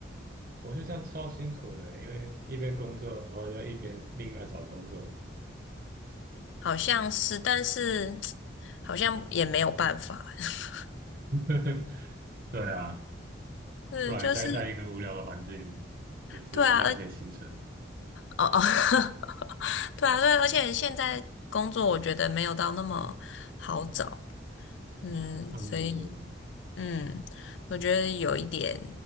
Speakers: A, on the right; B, on the left.
A: 我就这样超辛苦的，因为一边工作，然后要一边另外找工作。
B: 好像是，但是 <tsk> 好像也没有办法。<laughs>
A: <laughs> 对啊，
B: 嗯，
A: 不然待在一个无聊的环境也是浪费青春。
B: 就是对啊，而哦哦，<laughs> 对啊，对，而且现在工作我觉得没有到那么好找。嗯，
A: 嗯，
B: 所以。嗯，我觉得有一点